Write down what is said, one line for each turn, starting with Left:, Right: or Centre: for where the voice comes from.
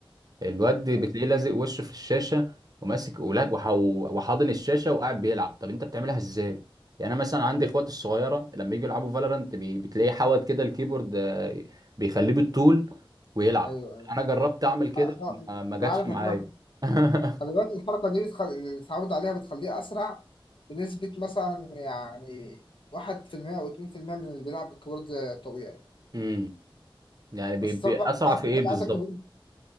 Right: الواد بتلاقيه
Left: أيوه
Right: لازق وشه في الشاشه وماسك ولاب وح- وحاضن الشاشه وقاعد بيلعب طب انت بتعملها ازاي يعني انا مثلا عندي اخواتي الصغيره لما يجوا يلعبوا فالورانت بتلاقيه حاود كده الكيبورد آه، بيخليه بالطول ويلعب
Left: أيوه أيوه
Right: انا جربت اعمل كده
Left: أ- أ-
Right: ما ما
Left: أنا
Right: جاتش
Left: عارف
Right: معايا
Left: إن
Right: <laughs>
Left: خلي بالك الحركة دي بتخ... اللي اتعود عليها بتخليه أسرع بنسبة مثلا يعني واحد في المية أو اتنين في المية من اللي بيلعب بالكيبورد طبيعي
Right: امم يعني بي-
Left: بس
Right: بي-
Left: طبعا
Right: اسرع في ايه بالظبط
Left: عايزك تبقى